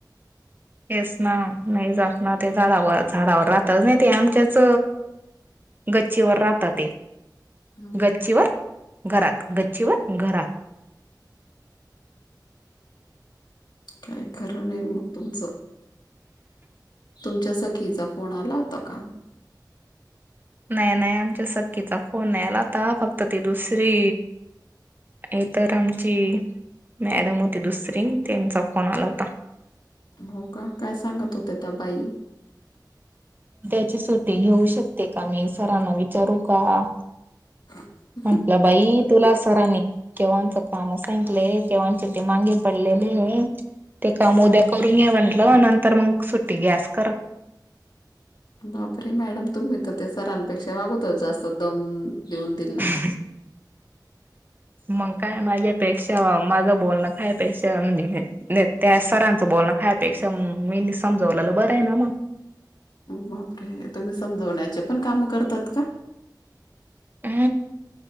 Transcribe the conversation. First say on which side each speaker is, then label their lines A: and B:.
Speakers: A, on the right; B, on the left.
A: येस ना नाही जात ना ते झाडावर झाडावर राहतच नाही ते आमच्याच गच्चीवर राहत ते
B: हम्म.
A: गच्चीवर घरात गच्चीवर घरात
B: काय खरं नाही मग तुमचं? तुमच्या सखीच फोड आला तका
A: नाही नाही आमच्या सखकीचा फोन नाहीला आता फक्त ती दुसरी हे तर आमची मॅडम होती दुसरी त्यांचा फोन आला होता
B: हो का काय सांगत होते त्या बाई
A: त्याची सुटी घेऊ शकते का मी सरांना विचारू का
B: ह
A: म्हंटलं बाई तुला सरांनी केवांच काम सांऐकलंय तेव्हाचे ते मांगे पडलेले. ते काम उद्या करून ये म्हटलं नंतर मग सुट्टी गॅस कररा
B: बापरे! मॅडम तुम्ही तर, त्या सरांपेक्षा अगोदर जास्त दम दीऊन दिला.
A: ह मग काय माझ्यापेक्षा माझं बोलणं कायपेक्षा नाही त्या सरांचं बोलणं कायपेक्षा मीनी समजवलेलं बरं आहे ना मग
B: बापरे तुम्ही समजवण्याचे पण काम करतात का
A: <inaudible>